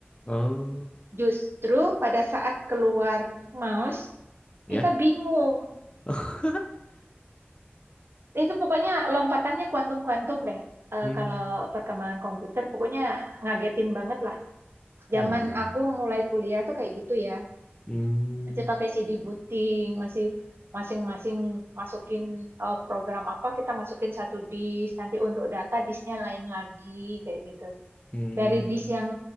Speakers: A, on the left (about 25°); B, on the right (about 70°).
A: Oh,
B: Justru pada saat keluar mouse,
A: ya.
B: kita bingung
A: Oh.
B: Itu pokoknya lompatannya kuantum-kuantum deh. Eh,
A: Hmm.
B: kalau perkembangan komputer pokoknya ngagetin banget lah. Zaman
A: Oh, ada tiga.
B: aku mulai kuliah tuh kayak gitu ya.
A: Hmm.
B: Masih pakai CD booting, masih masing-masing masukin eh, program apa kita masukin satu disk, nanti untuk data disknya lain lagi kayak gitu.
A: Hmm.
B: Dari disk yang